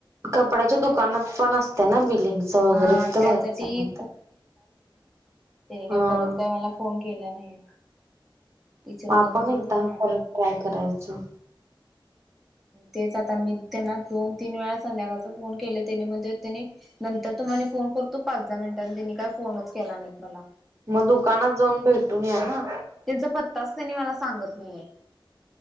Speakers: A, on the right; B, in the centre.
A: कपड्याच्या दुकानात पण असते ना बिल्डिंगच वगैरे
B: हा
A: तिथं
B: त्यासाठी
A: बघायचं.
B: त्यांनी काय
A: हा
B: परत काय मला फोन केला नाहीय. इचलकरंजीत
A: मग आपण एकदा
B: ना
A: परत ट्राय करायचं
B: तेच आता मी त्यांना दोन, तीन वेळा संध्याकाळचा फोन केले त्यानी म्हणजे त्यांनी नंतर तुम्हानी फोन करतो पाच, दहा मिनिटांनी त्यांनी काय फोनच केला नाहीत मला.
A: मग दुकानात जाऊन भेटून या ना.
B: त्यांचा पत्ताच त्यांनी मला सांगत नाहीये.